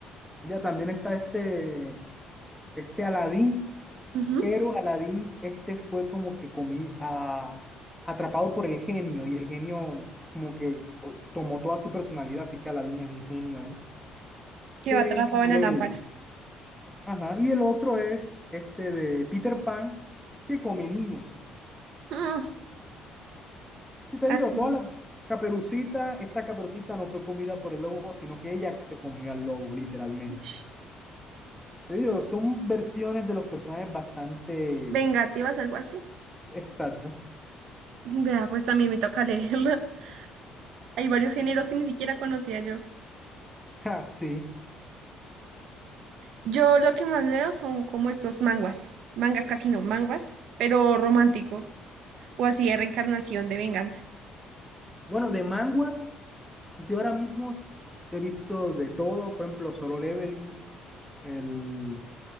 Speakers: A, in the centre; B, on the right.
A: Ya también está este, este Aladín
B: Ujú.
A: Pero Aladdin, este fue como que comi- a- atrapado por el genio y el genio como que o- tomó toda su personalidad, así que Aladdin es un genio ahí.
B: Que
A: Que
B: va atrapado
A: malévolo.
B: en la lámpara.
A: Ajá. Y el otro es este de Peter Pan, que come niños.
B: Mm,
A: Si te
B: así.
A: digo, toda la caperucita, esta caperucita no fue comida por el lobo, sino que ella se comió al lobo, literalmente.
B: Ush.
A: Te digo, son versiones de los personajes bastante
B: Vengativas, algo así.
A: exacto.
B: Vea, pues también me toca leerlo. <laughs> Hay varios géneros que ni siquiera conocía yo.
A: Ja, sí.
B: Yo lo que más leo son como estos manguas. Mangas casi no, manguas, pero románticos. O así de reencarnación de venganza.
A: Bueno, de manguas. Yo ahora mismo he visto de todo, por ejemplo, Solo Leveling, el,